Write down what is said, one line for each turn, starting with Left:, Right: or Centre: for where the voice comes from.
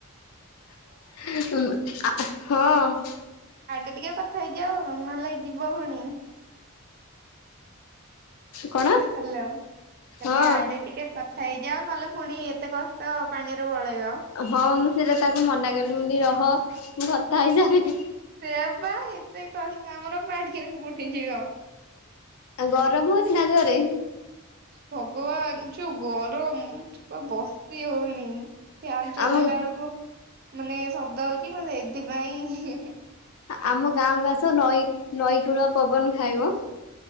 Left: ହଁ।
Right: ଆଗେ ଟିକେ କଥା ହେଇଜାଅ ନହେଲେ ଯିବ ଫୁଣି।
Left: କଣ?
Right: ହାଲୋ କାଲି
Left: ହଁ
Right: ଆଡେ ଟିକେ କଥା ହେଇଯାଅ ନହେଲେ ପୁଣି ଏତେ କଷ୍ଟ ପାଣିରେ ପଳେଇବ।
Left: ହଁ ମୁଁ ସେଇଟା ତାକୁ ମନା କଲି ମୁଁ କହିଲି ରହ ମୁଁ କଥା ହେଇସାରେ।
Right: ସେଆପା ଏତେ କଷ୍ଟ ଆମର ପାଣି ରେ ପଡ଼ିଯିବ।
Left: ଆଉ ଗରମ ହଉଛି ନା ଜୋରେ?
Right: ଭଗବାନ ଯୋଉ ଗରମ ବସି ହଉନି। ଫ୍ୟାନ ଚଲେଇଲା
Left: ଆମ
Right: ବେଳକୁ ମାନେ ଶବ୍ଦ ହଉଛି ମ ସେଥିପାଇଁ
Left: ଆମ ଗାଁକୁ ଆସ ନଈ ନଈକୂଳ ପବନ ଖାଇବ।